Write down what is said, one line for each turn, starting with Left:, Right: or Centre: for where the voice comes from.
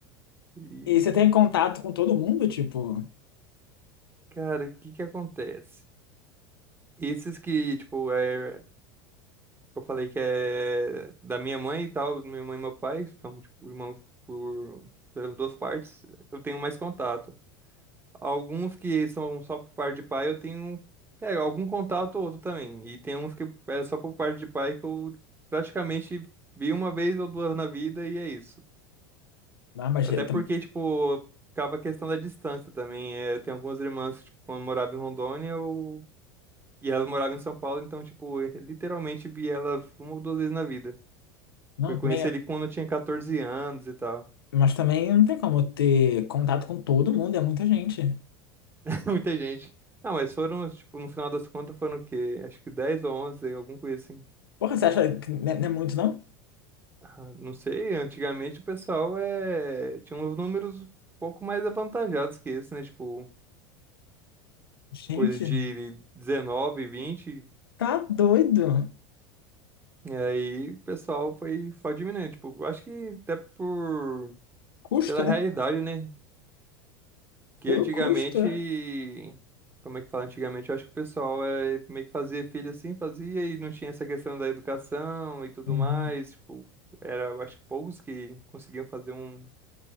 Right: E,
Left: E você tem contato com todo mundo, tipo,
Right: cara, o que que acontece? Esses que, tipo, é, eu falei que é da minha mãe e tal, minha mãe e meu pai, são, tipo, irmãos por, pelas duas partes, eu tenho mais contato. Alguns que são só por parte de pai, eu tenho, um, é, algum contato ou outro também. E tem uns que é só por parte de pai que eu praticamente vi uma vez ou duas na vida e é isso.
Left: ah, mas
Right: Até
Left: eu
Right: porque,
Left: tam-
Right: tipo, ficava a questão da distância também. É, tem algumas irmãs que, tipo, quando morava em Rondônia, eu... e elas moravam em São Paulo, então, tipo, eu literalmente vi elas uma ou duas vezes na vida.
Left: não,
Right: Fui conhecer
Left: também, é,
Right: ele quando eu tinha 14 anos e tal.
Left: mas também não tem como ter contato com todo mundo, é muita gente.
Right: <laughs> Muita gente. Não, mas foram, tipo, no final das contas foram o quê? Acho que 10 ou 11 alguma coisa assim.
Left: Porra, você acha que não é, não é muito, não?
Right: Ah, Não sei, antigamente o pessoal é... tinha uns números um pouco mais avantajados que esse, né? Tipo,
Left: Gente,
Right: coisa de 19, 20.
Left: tá doido.
Right: E aí o pessoal foi, foi diminuindo. Tipo, eu acho que até por...
Left: Custo,
Right: pela realidade,
Left: né?
Right: né? Que
Left: Pelo
Right: antigamente.
Left: custo, é.
Right: Como é que fala? Antigamente eu acho que o pessoal é... meio que fazia filho assim, fazia e não tinha essa questão da educação e tudo
Left: Uhum.
Right: mais. Tipo, era, eu acho que poucos que conseguiam fazer um,